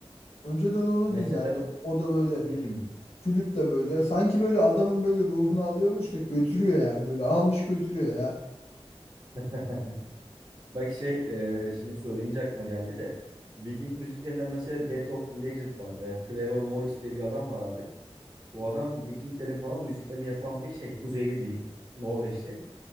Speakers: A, on the left; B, on the right.
A: Önceden onu
B: Mesela
A: dinlerdim. O da böyle
B: hmm.
A: flütle böyle. Sanki böyle adamın böyle ruhunu alıyormuş da götürüyor ya. Böyle almış götürüyor ya.
B: <laughs> Bak şey e, şimdi söyleyince aklıma geldi de Viking müziklerinden mesela Death of Legend var. E, Trevor Morris diye bir adam var abi. Bu adam Vikinglerin falan müziklerini yapan bir şey. Kuzeyli diyeyim. Norveçli.